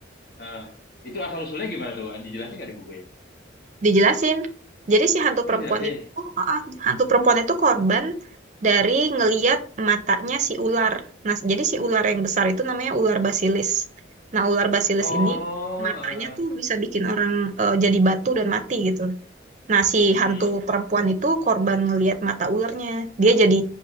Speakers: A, on the left; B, on the right.
A: Heeh. itu asal usulnya gimana tuh dijelasin nggak di buku ya?
B: Dijelasin. Jadi si hantu
A: Oh,
B: perempuan
A: dijelasin.
B: itu, ah, hantu perempuan itu korban dari ngeliat matanya si ular. Nah, jadi si ular yang besar itu namanya ular basilis. Nah, ular basilis
A: Oh,
B: ini matanya
A: eh,
B: tuh bisa bikin orang eh, jadi batu dan mati gitu. Nah, si
A: hmm.
B: hantu perempuan itu korban ngeliat mata ularnya. Dia jadi